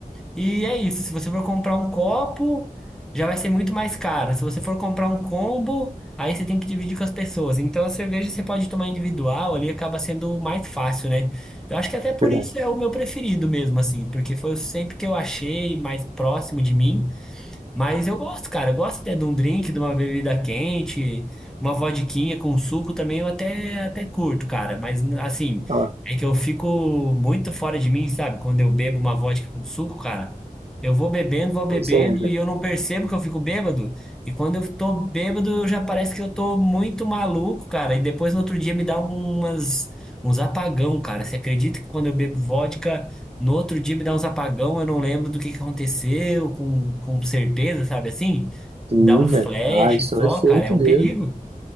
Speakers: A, in the centre; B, on the right.
A: e é isso. Se você for comprar um copo, já vai ser muito mais caro. Se você for comprar um combo, aí você tem que dividir com as pessoas. Então a cerveja você pode tomar individual, ali acaba sendo mais fácil, né? Eu acho que até por
B: verdade.
A: isso é o meu preferido mesmo, assim, porque foi sempre que eu achei mais próximo de mim. Mas eu gosto, cara. Eu gosto até de um drink, de uma bebida quente, uma vodquinha com suco também eu até, até curto, cara. Mas assim,
B: Ó,
A: é que eu fico muito fora de mim, sabe? Quando eu bebo uma vodka com suco, cara, eu vou bebendo, vou bebendo
B: pois é, velho.
A: e eu não percebo que eu fico bêbado. E quando eu tô bêbado, eu já parece que eu tô muito maluco, cara. E depois no outro dia me dá umas, uns apagão, cara. Você acredita que quando eu bebo vodka. No outro dia me dá uns apagão, eu não lembro do que que aconteceu com, com certeza, sabe assim?
B: Sim,
A: Dá um
B: velho.
A: flash
B: Ah, isso
A: só,
B: é um efeito
A: cara, é um
B: mesmo.
A: perigo.